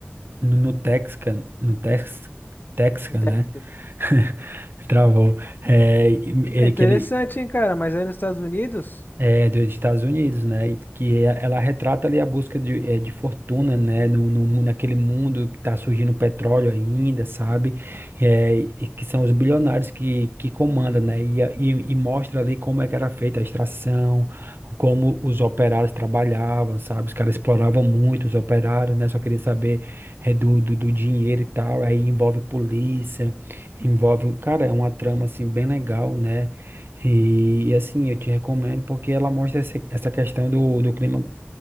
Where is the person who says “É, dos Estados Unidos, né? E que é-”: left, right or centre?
Right